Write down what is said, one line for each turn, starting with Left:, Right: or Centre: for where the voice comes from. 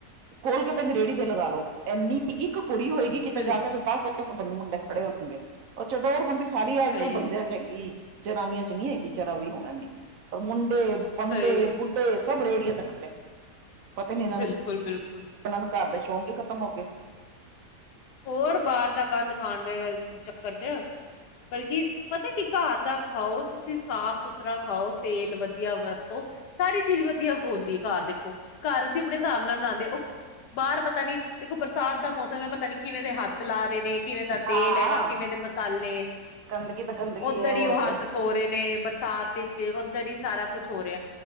Right: ਖੋਲ ਕੇ ਪੈਂਦੀ ਰੇੜੀ ਤੇ ਲਗਾ ਲਓ ਇੰਨੀ। ਇੱਕ ਕੁੜੀ ਹੋਏਗੀ, ਕਿਤੇ
Left: ਬਿਲ
Right: ਜਾ ਕੇ ਦਸ ਦਸ ਬੰ ਮੁੰਡੇ ਖੜੇ ਹੋਣਗੇ। ਉਹ ਚਡੋਰ ਬੰਦੇ ਸਾਰੀ ਅੱਜ
Left: ਸਹੀ
Right: ਕੱਲ ਬੰਦੇ, ਹੈਗੀ ਜਨਾਨੀਆਂ ਚ ਨਹੀ ਹੈਗੀ, ਜਰਾ ਵੀ ਹੁਣ ਐਨੀ ਪਰ ਮੁੰਡੇ ਬੰਦੇ
Left: ਸਹੀ
Right: ਬੁੱਢੇ ਤੇ ਸਭ ਰੇਹੜੀਆਂ ਤੇ ਖੜੇ, ਪਤਾ ਨੀ ਇਹਨਾਂ
Left: ਬਿਲਕੁਲ,
Right: ਨੂੰ
Left: ਬਿਲਕੁਲ।
Right: ਇਹਨਾਂ ਨੂੰ ਘਰ ਦੇ ਸ਼ੌਕ ਹੀ ਖਤਮ ਹੋ ਗਏ।
Left: ਹੋਰ ਬਾਹਰ ਦਾ ਗੰਦ ਖਾਣ ਦੇ ਚੱਕਰ ਚ ਬਲਕਿ ਪਤਾ ਕੀ ਘਰ ਦਾ ਖਾਓ, ਤੁਸੀਂ ਸਾਫ ਸੁਥਰਾ ਖਾਓ ਤੇਲ ਵਧੀਆ ਵਰਤੋ। ਸਾਰੀ ਚੀਜ਼ ਵਧੀਆ ਹੁੰਦੀ ਘਰ ਦੇਖੋ, ਘਰ ਅਸੀਂ ਆਪਣੇ ਹਿਸਾਬ ਨਾਲ ਬਣਾਉਂਦੇ ਉਹ ਬਾਹਰ ਪਤਾ ਨੀ ਦੇਖੋ ਬਰਸਾਤ ਦਾ ਮੌਸਮ ਹੈ, ਪਤਾ ਨੀ ਕਿਵੇਂ ਦੇ ਹੱਥ ਲਾ ਰਹੇ ਨੇ। ਕਿਵੇਂ ਦਾ
Right: ਹਾਂ
Left: ਤੇਲ ਹੈਗਾ, ਕਿਵੇਂ ਦੇ ਮਸਾਲੇ
Right: ਗੰਦਗੀ ਤਾਂ ਗੰਦਗੀ
Left: ਓਧਰ
Right: ਹੈ
Left: ਹੀ ਉਹ
Right: ਤੇ
Left: ਹੱਥ ਧੋ ਰਹੇ ਨੇ ਬਰਸਾਤ ਵਿੱਚ ਓਧਰ ਹੀ ਸਾਰਾ ਕੁਛ ਹੋ ਰਿਹਾ।